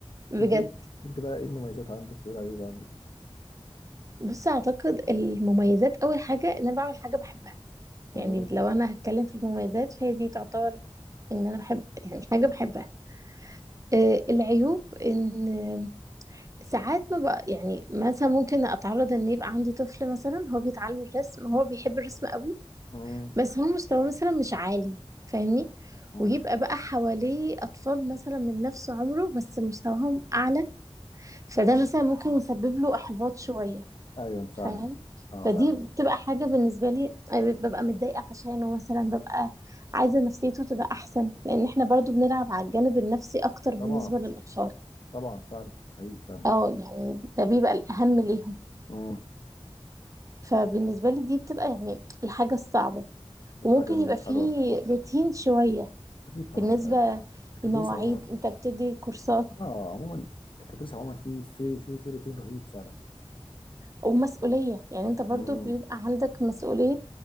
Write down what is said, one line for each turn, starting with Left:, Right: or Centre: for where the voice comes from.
Right: بجد
Left: انت ايه انت بقى ايه المميزات عندك وايه العيوب عندك
Right: بص اعتقد المميزات اول حاجة ان انا بعمل حاجة بحبها
Left: مم.
Right: يعني لو انا هتكلم في المميزات فهي دي تعتبر ان انا بحب يعني حاجة بحبها آه العيوب ان ساعات ما بقى يعني مثلا ممكن اتعرض ان يبقى عندي طفل مثلا هو بيتعلم الرسم هو بيحب الرسم قوي
Left: مم.
Right: بس هو مستواه مثلا مش عالي فاهمني
Left: مم.
Right: ويبقى بقى حواليه اطفال مثلا من نفس عمره بس مستواهم اعلى فده
Left: مم.
Right: مثلا ممكن يسبب له احباط شوية
Left: ايوه فعلا
Right: فاهم
Left: اه
Right: فدي
Left: فعلا
Right: بتبقى حاجة بالنسبة لي ببقى متضايقة عشانه مثلا ببقى عايزة نفسيته تبقى أحسن لأن احنا برضو بنلعب على الجانب النفسي أكتر بالنسبة
Left: طبعا
Right: للأطفال
Left: طبعا فعلا حقيقي فعلا
Right: اه يعني ده بيبقى الأهم ليهم
Left: مم.
Right: فبالنسبة لي دي بتبقى يعني الحاجة الصعبة
Left: والحاجه
Right: وممكن
Left: الحلوه
Right: يبقى فيه روتين شوية
Left: اكيد طبعا
Right: بالنسبة
Left: التدريس
Right: للمواعيد
Left: عموما
Right: انت بتدي كورسات
Left: اه عموما التدريس عموما في في في في روتين رهيب فعلا
Right: ومسؤولية يعني انت برضو
Left: مم.
Right: بيبقى عندك مسؤولية